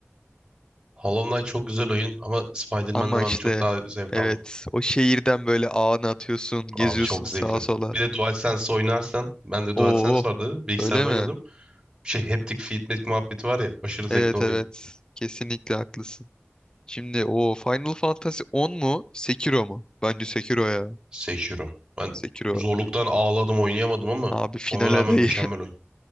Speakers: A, on the right (about 15°); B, on the left (about 20°).
A: Hollow Knight çok güzel oyun ama Spider-Man'de
B: Ama
A: ben
B: işte
A: çok daha zevk
B: evet
A: aldım.
B: o şehirden böyle ağını atıyorsun, geziyorsun
A: Abi çok zevkli.
B: sağa sola.
A: Bir de DualSense oynarsan, ben de
B: Oo
A: DualSense vardı, bilgisayarda
B: öyle mi?
A: oynadım. Şey haptic feedback muhabbeti var ya, aşırı zevkli
B: Evet
A: oluyor.
B: evet kesinlikle haklısın. Şimdi o Final Fantasy 10 mu? Sekiro mu? Bence Sekiro ya.
A: Sekiro. Ben
B: Sekiro
A: zorluktan ağladım, oynayamadım ama
B: abi final
A: ona rağmen
B: adayı.
A: mükemmel oyun.